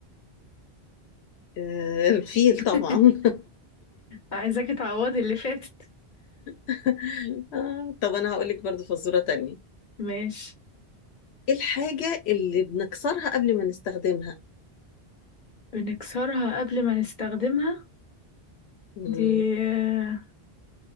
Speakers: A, on the left; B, on the left.
A: إيه الفيل
B: <laughs>
A: طبعا
B: عايزاكي تعوضي اللي فاتت
A: <laughs> آه طب انا هقول لك برضو فزورة تانية
B: ماشي
A: ايه الحاجة اللي بنكسرها قبل ما نستخدمها
B: بنكسرها قبل ما نستخدمها
A: مم.
B: دي آه،